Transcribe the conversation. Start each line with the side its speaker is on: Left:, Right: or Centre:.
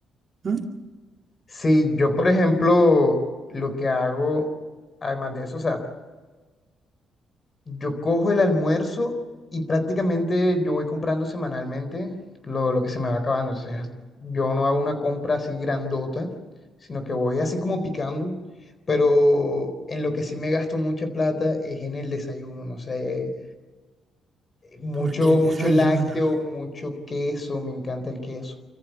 Right: ¿m?
Left: Sí, yo por ejemplo, lo que hago, además de eso, o sea, Yo cojo el almuerzo y prácticamente yo voy comprando semanalmente lo, lo que se me va acabando. O sea, yo no hago una compra así grandota, sino que voy así como picando. Pero en lo que sí me gasto mucha plata es en el desayuno, no sé, mucho,
Right: Porque el desayuno,
Left: mucho lácteo, mucho queso, me encanta el queso.